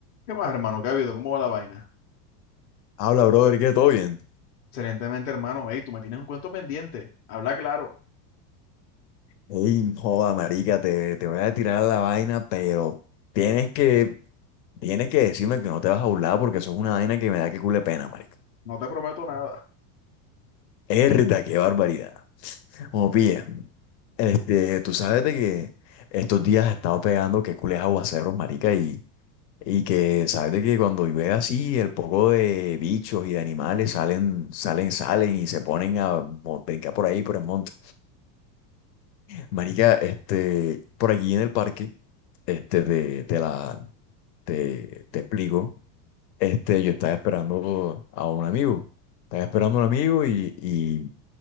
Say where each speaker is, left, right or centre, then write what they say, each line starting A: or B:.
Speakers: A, on the left; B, on the left.
A: ¿Qué más, hermano? ¿Qué ha habido? ¿Cómo va la vaina?
B: Habla, brother, ¿qué? ¿Todo bien?
A: Excelentemente, hermano. Ey, tú me tienes un cuento pendiente. Habla claro.
B: Ey, joda, marica, te, te voy a tirar la vaina, pero tienes que, tienes que decirme que no te vas a burlar porque eso es una vaina que me da que cule pena, marica.
A: No te prometo nada.
B: Erda, qué barbaridad. Como pilla, este, tú sabes de que estos días he estado pegando que cules aguaceros, marica, y, y que sabes de que cuando llueve así, el poco de bichos y de animales salen, salen, salen y se ponen a mo- brincar por ahí, por el monte. Marica, este, por allí en el parque, este, de, de la, te, te explico, este, yo estaba esperando a un amigo, estaba esperando a un amigo y, y,